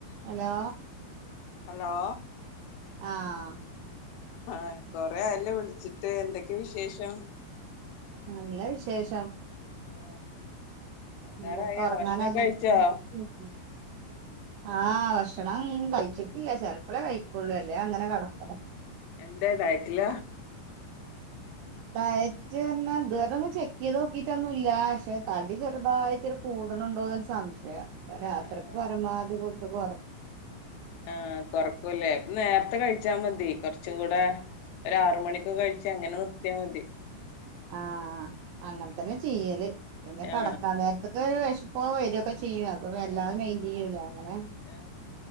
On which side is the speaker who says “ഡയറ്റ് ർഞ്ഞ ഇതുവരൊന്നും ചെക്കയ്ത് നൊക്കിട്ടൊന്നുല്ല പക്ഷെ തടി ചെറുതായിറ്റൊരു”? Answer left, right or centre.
Right